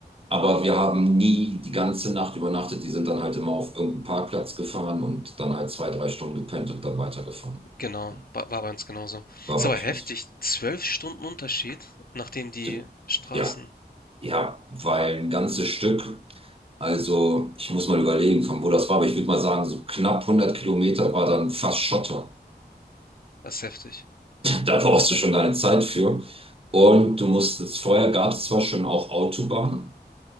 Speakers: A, on the right; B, on the left.
A: aber wir haben nie die ganze Nacht übernachtet. Die sind dann halt immer auf irgendeinen Parkplatz gefahren und dann halt zwei, drei Stunden gepennt und dann weitergefahren.
B: genau,
A: Ja.
B: wa war bei uns genauso.
A: War
B: Ist
A: bei
B: aber
A: euch
B: heftig,
A: was?
B: 12 Stunden Unterschied, nachdem die
A: D-
B: Straßen.
A: Ja, ja, weil ein ganzes Stück, also ich muss mal überlegen, von wo das war, aber ich würde mal sagen, so knapp 100 Kilometer war dann fast Schotter.
B: Das ist heftig.
A: Da brauchst du schon keine Zeit für. Und du musstest, vorher gab es zwar schon auch Autobahnen,